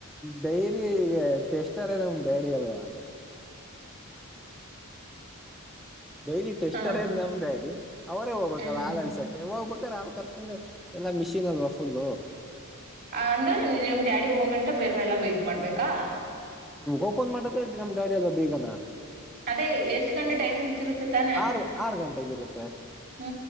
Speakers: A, in the centre; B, on the right.
A: ಡೈರಿ ಈಗ ಟೆಷ್ಟರ್ ನಮ ಡ್ಯಾಡಿ ಅಲ್ವಾ ದಯರಿಟ್ಟು ಎಷ್ಟರದ್
B: ಹ
A: ನಮ್ ಡ್ಯಾಡಿ ಅವರೇ ಹೋಗ್ಬೇಕಲ್ಲ
B: ಹ್ಮ್
A: ಹಾಲ್ ಹಕ್ಸಕೆ ಹೋಗ್ಬೇಕು ತರ್ಕೊಂಡಿ ಎಲ್ಲಾ ಮಿಷಿನ್ ಅಲ್ವಾ ಫುಲ್
B: ಅಂದ್ರೆ ನಿಮ್ ಡ್ಯಾಡಿ ಹೋಗಂಟ ಬೇರೆಲ್ಲಾ ವೈಟ್ ಮಾಡ್ಬೇಕಾ
A: ಓಪನ್ ಮಾಡದ ನಮ್ ಗಾಡಿ ಎಲ್ಲ ಬೇಗನ
B: ಅದೇ ಎಷ್ಟ್ ಗಂಟೆ ಟೈಮಿಂಗ್ಸ್ ಇರುತ್ತೆ ತಾನೇ
A: ಆರ್ ಆರ್ ಗಂಟೆಗಿರುತ್ತೆ
B: ಹೂ